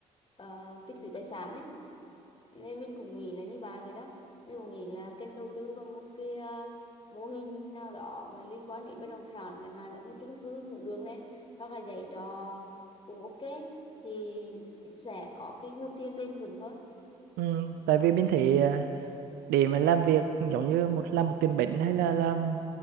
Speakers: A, on the left; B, on the right.
A: ờ, tích lũy tài sản ấy. Nên mình cũng nghĩ là như bạn vậy đó. Mình cũng nghĩ là kênh đầu tư vào một cái ờ, mô hình nào đó mà liên quan đến bất động sản chẳng hạn những cái chung cư cũng được này hoặc là dạy trò cũng ok thì sẽ có cái nguồn tiền bền vững hơn.
B: ừ, tại vì mình thấy à, để mà làm việc giống như một làm một tiệm bánh hay là làm